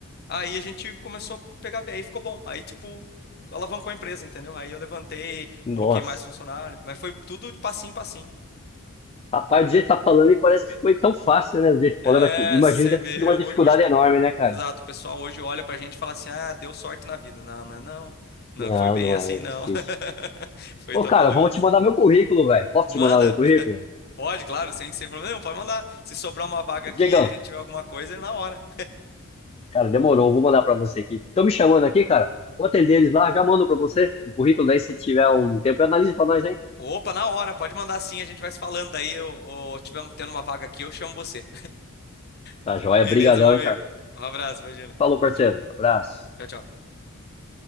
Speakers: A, on the left (about 45°); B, on the left (about 25°).
A: aí a gente começou a pegar bem, aí ficou bom. Aí, tipo, alavancou a empresa, entendeu? Aí eu levantei,
B: Nossa.
A: coloquei mais funcionário, mas foi tudo de passinho em passinho.
B: Rapaz, do jeito que tá falando, e parece que foi tão fácil, né? Do jeito que
A: É,
B: falou, mas imagina
A: você
B: que deve
A: vê,
B: ter sido uma
A: hoje,
B: dificuldade
A: hoje, o pe-
B: enorme, né, cara?
A: exato, o pessoal hoje olha pra gente e fala assim: ah, deu sorte na vida. Não, não, é não. Não
B: Não,
A: foi bem
B: não
A: assim,
B: é
A: não.
B: é difícil.
A: <laughs> Foi
B: Ô,
A: trabalhoso.
B: cara, vou te mandar meu currículo, velho. Posso
A: Manda?
B: te mandar meu currículo?
A: Pode, claro, sem, sem problema nenhum, pode mandar. Se sobrar uma vaga
B: Diegão,
A: aqui e a gente tiver alguma coisa, é na hora.
B: cara, demorou. Vou mandar pra você aqui. Estão me chamando
A: De-
B: aqui, cara. Vou atender eles lá, já mando pra você o currículo. Daí, se tiver um tempo, analise pra nós, hein?
A: Opa, na hora, pode mandar sim, a gente vai se falando. Daí, eu, eu tiver tendo uma vaga aqui, eu chamo você.
B: Tá
A: <laughs>
B: joia,
A: Beleza,
B: brigadão,
A: meu amigo.
B: hein, cara.
A: Um abraço, imagina.
B: Falou, parceiro.
A: Tchau, tchau.
B: Abraço.
A: Tchau, tchau.